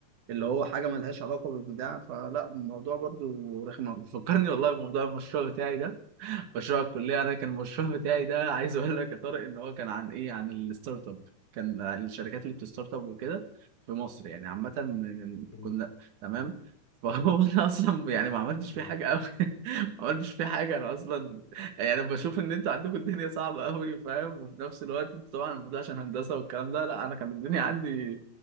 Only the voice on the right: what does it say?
اللي هو حاجه ملهاش علاقه بالبتاع فلا الموضوع برضو رخم بيفكرني والله بموضوع المشروع بتاعي ده مشروع الكليه انا كان المشروع
<laughs> بتاعي ده عايز اقول لك يا طارق ان هو كان عن ايه عن الستارت اب كان الشركات اللي بتستارت اب وكده في مصر يعني عامه من-
كنا تمام فهو <laughs> انا اصلا يعني ما عملتش
فيه حاجه قوي <laughs> ما عملتش فيه حاجه انا اصلا يعني بشوف ان انتوا عندكم الدنيا صعبه قوي فاهم وفي نفس الوقت انتوا طبعا الموضوع عشان هندسه والكلام ده لا انا كان الدنيا عندي